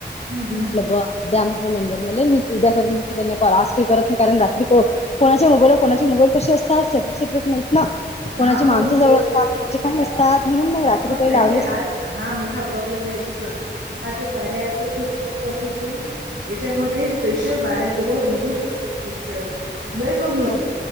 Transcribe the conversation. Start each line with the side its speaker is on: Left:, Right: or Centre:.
Right: हम्म
Left: म्हटलं
Right: हम्म
Left: बरं द्या म्हटलं नंबर मले. मी उद्या करीन म्हटलं त्यांना कॉल. आज काही करत नाही, कारण रात्री को कोणाच्या मोबाईलवर कोणाचे मोबाईल कसे असतात. सेपरेट सेपरेट नाहीत ना. कोणाची
Right: हा
Left: माणसं
Right: मग
Left: जवळ
Right: तोच
Left: असतात. कोणाचे काही असतात म्हणून मग रात्री काही
Right: ताई
Left: लावलेच
Right: हाच
Left: नाही.
Right: हा मोठा प्रॉब्लेम आहे याच्यातला. हा जो कार्या ॲपचा जो <unintelligible> याच्यामध्ये स्पेशल बाहेर जर <unintelligible> कमी आहेत.
Left: हा